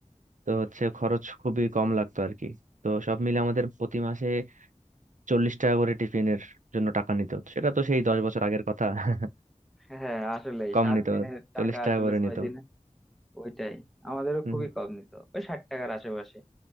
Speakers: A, on the right; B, in the centre.
A: তো হচ্ছে খরচ খুবই কম
B: হুম,
A: লাগতো আর কি তো সব মিলে
B: বুঝ-
A: আমাদের প্রতি মাসে চল্লিশ টাকা করে টিফিনের জন্য টাকা নিত সেটা তো সেই দশ বছর আগের কথা <laughs>
B: হ্যাঁ আসলে
A: কম
B: সাত
A: নিত
B: দিনের
A: চল্লিশ
B: টাকা
A: টাকা
B: আসলে
A: করে
B: ছয়
A: নিত
B: দিনে ওইটাই আমাদেরও
A: হুম,
B: খুবই কম নিত ওই ষাট টাকার আশেপাশে